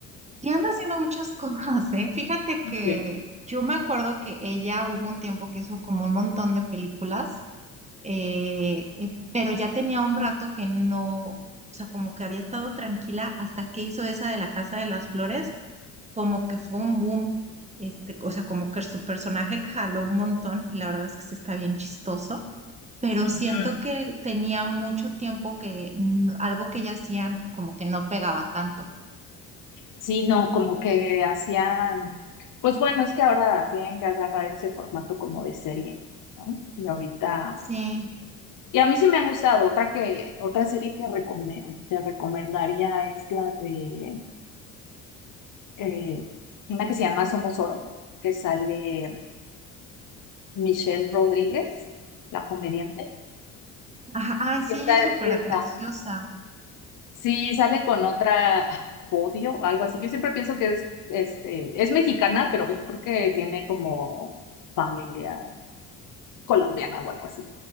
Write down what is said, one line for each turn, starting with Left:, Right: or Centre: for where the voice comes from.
Right: Y anda haciendo muchas cosas, ¿eh? Fíjate
Left: Bien.
Right: que yo me acuerdo que ella hubo un tiempo que hizo como un montón de películas, eh, eh, pero ya tenía un rato que no, o sea, como que había estado tranquila hasta que hizo esa de la Casa de las Flores, como que fue un boom, este, o sea, como que su personaje jaló un montón y la verdad es que sí está bien chistoso, pero
Left: Ujú.
Right: siento que tenía mucho tiempo que mm, algo que ella hacía como que no pegaba tanto.
Left: Sí, no, como que hacían, pues bueno, es que ahora tienen que agarrar ese formato como de serie, ¿no? Y ahorita,
Right: Sí.
Left: y a mí sí me ha gustado, otra que, otra serie que recome- te recomendaría es la de, eh, una que se llama Somos Oro, que sale Michelle Rodríguez, la comediante.
Right: Ajá, ay, sí,
Left: Está,
Right: ella es
Left: está,
Right: súper graciosa.
Left: sí, sale con otra Bodio, algo así. Yo siempre pienso que es, este, es mexicana, pero yo creo que tiene como familia colombiana o algo así.